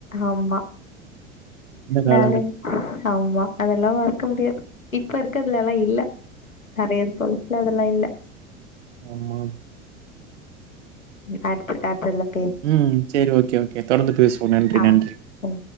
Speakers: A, on the left; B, on the right.
A: ஆமா
B: காலங்கள்
A: நானே ஆமா அதெல்லாம் மறக்க முடியாது இப்ப இருக்கதுல எல்லா இல்ல நறைய இருக்கு இல்ல அதெலாம் இல்ல
B: ஆமாம்
A: <unintelligible>
B: ம் சேரி ஓகே ஓகே தொடர்ந்து பேசுவோம் நன்றி
A: ஆ
B: நன்றி
A: ம்